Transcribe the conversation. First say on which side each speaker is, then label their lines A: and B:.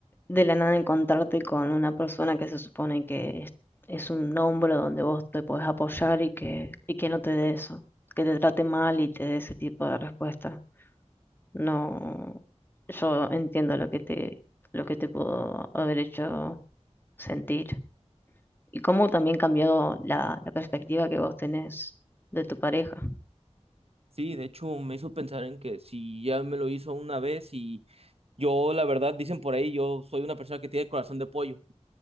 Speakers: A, on the left; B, on the right.
A: de la nada encontrarte con una persona que se supone que es, es un hombro donde vos te podés apoyar y que, y que no te dé eso, que te trate mal y te dé ese tipo de respuesta. No, yo entiendo lo que te, lo que te pudo haber hecho sentir y cómo también cambiado la, la perspectiva que vos tenés de tu pareja.
B: sí, de hecho me hizo pensar en que si ya me lo hizo una vez y yo, la verdad, dicen por ahí, yo soy una persona que tiene el corazón de pollo.